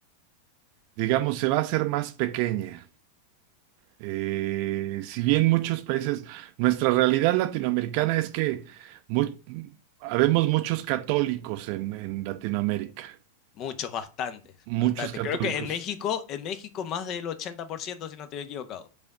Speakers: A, on the right; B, on the left.
A: digamos, se va a hacer más pequeña. Eh, si bien muchos países, nuestra realidad latinoamericana es que mu- habemos muchos católicos en, en Latinoamérica,
B: Muchos, bastantes,
A: muchos
B: bastante.
A: católicos.
B: Creo que en México, en México más del 80% si no estoy equivocado.